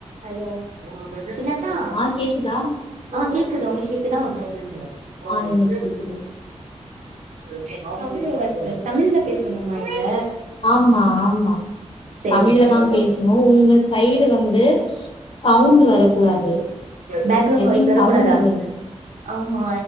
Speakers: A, on the right; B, on the left.
A: Hello சின்னத்தா
B: ஆ கேக்குதா
A: ஆஹ் கேக்குது உங்களுக்கு கேக்குதா கேக்குதா
B: ஆ எனக்கு கேக்குது
A: <unintelligible> <unintelligible> தமிழ்ல பேசணுமா இதுல
B: ஆமா ஆமா
A: சேரி
B: தமிழ்லதா
A: சேரி
B: பேசணும் உங்க சைடு வந்து சவுண்ட் வரக்கூடாது
A: background
B: I
A: voice
B: think
A: வரக்கூடாதா
B: sound வருது
A: ஆமா